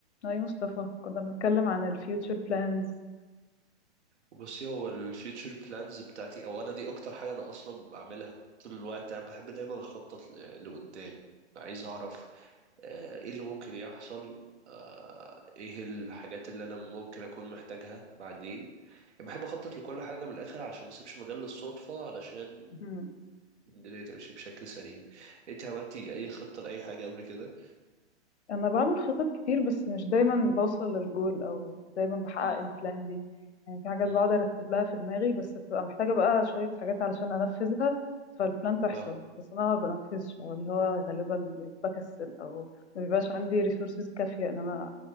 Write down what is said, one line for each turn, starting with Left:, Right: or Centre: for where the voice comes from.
Left: هاي مصطفى كنا بنتكلم عن الفيوتشر بلانز
Right: بصي هو الفيوتشر بلانز بتاعتي او انا دي اكتر حاجه انا اصلا بعملها طول الوقت انا بحب دايما اخطط ل- لقدام عايز اعرف آه، ايه اللي ممكن يحصل آه، ايه الحاجات اللي انا ممكن اكون محتاجها بعدين يعني بحب اخطط لكل حاجه من الاخر علشان ما اسيبش مجال للصدفه علشان
Left: مهم.
Right: الدنيا تمشي بشكل سليم انت عملتي اي خطه لاي حاجه قبل كده
Left: انا بعمل خطط كتير بس مش دايما بوصل للجول او دايما بحقق
Right: امم
Left: البلان دي يعني في حاجات
Right: امم
Left: بقعد ارتب لها في دماغي بس بتبقى محتاجة بقى شوية حاجات علشان انفذها فالبلان تحصل
Right: اه
Left: بس انا ما بنفذش او اللي هو غالبا بكسل او ما بيبقاش عندي ريسورسز كافية ان انا